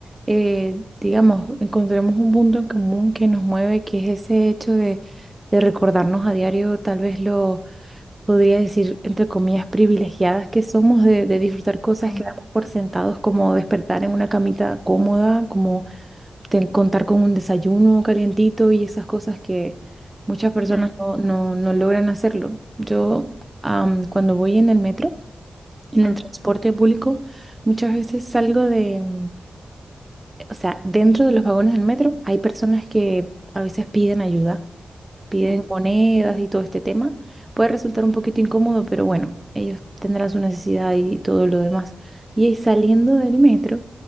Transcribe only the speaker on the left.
Sí,
mm,
mm,
sí,